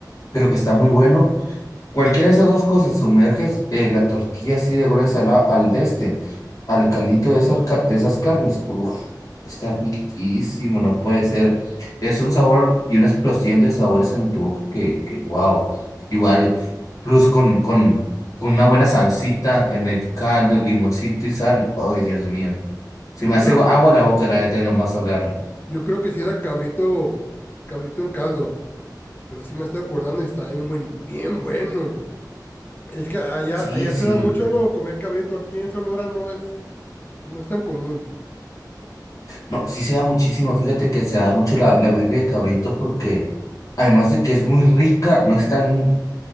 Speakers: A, on the left; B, on the left.
A: pero que está muy bueno Cualquiera de esas dos cosas, sumerges eh, la tortilla así de gruesa la- al de este, al caldito de esas, ca- de esas carnes. Uf, está riquísimo, no puede ser. Es un sabor y una explosión de sabores en tu boca que, que wow. Igual, plus con, con, con una buena salsita en el caldo, limoncito y sal. Ay, Dios mío. Se me
B: Yo creo,
A: hace agua agua la boca, la neta, nomás hablarlo.
B: yo creo que si era cabrito, cabrito en caldo, pero sí me estoy acordando y está bien buen, bien bueno. Es que allá,
A: Sí,
B: allá
A: sí.
B: se da mucho, ¿no? Comer cabrito aquí en Sonora no es, no es tan común.
A: No, sí se da muchísimo, fíjate que se da mucho la, la birria de cabrito porque además de que es muy rica, no es tan